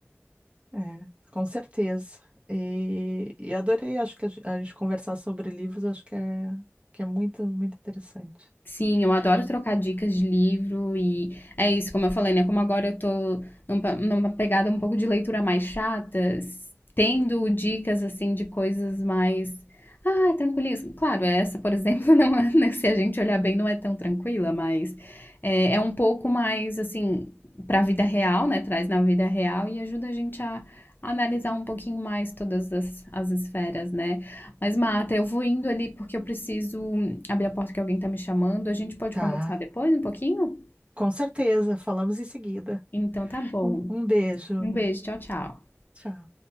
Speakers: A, on the right; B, on the left.
A: É, com certeza. E, e adorei, acho que a gen- a gente conversar sobre livros, acho que é, que é muito, muito interessante.
B: Sim, eu adoro trocar dicas de livro e é isso, como eu falei, né? Como agora eu tô num pa- numa pegada um pouco de leitura mais chata, s- tendo dicas assim de coisas mais. Ah, tranquilismo. Claro, essa, por exemplo, <laughs> não é, né, se a gente olhar bem, não é tão tranquila, mas é, é um pouco mais assim para a vida real, né? Traz na vida real e ajuda a gente a analisar um pouquinho mais todas as, as esferas, né? Mas, Marta, eu vou indo ali porque eu preciso abrir a porta que alguém tá me chamando. A gente pode
A: Tá,
B: conversar depois um pouquinho?
A: com certeza. Falamos em seguida.
B: Então tá bom.
A: Um, um beijo.
B: Um beijo, tchau, tchau.
A: Tchau.